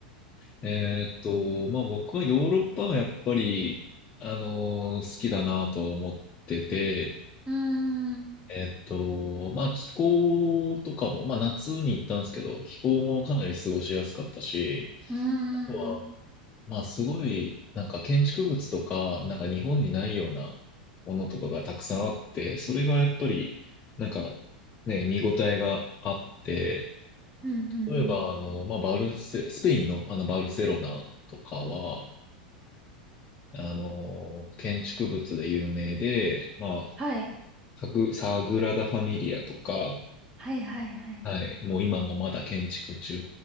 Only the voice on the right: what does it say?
うーん、う
ーん、
うん、
うん、うんうん。
はい、
はい、はい、はい。